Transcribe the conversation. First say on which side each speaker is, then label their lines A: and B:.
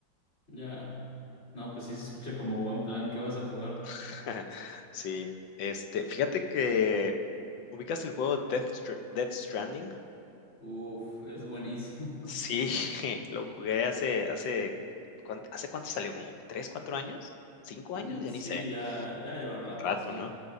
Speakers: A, on the left; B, on the left.
A: Ya. No, pues sí se escucha como buen plan, ¿qué vas a jugar?
B: <laughs> Sí, este, fíjate que ubicas el juego Death, Stra- Death Stranding.
A: Uf, es buenísimo.
B: Sí,
A: <laughs>
B: <laughs> lo jugué hace, hace, ¿cuán- ¿hace cuánto salió? ¿Como tres, cuatro años? ¿Cinco
A: Mm,
B: años? Ya
A: Sí,
B: ni sé.
A: ya, ya lleva rato,
B: Un rato,
A: sí.
B: ¿no?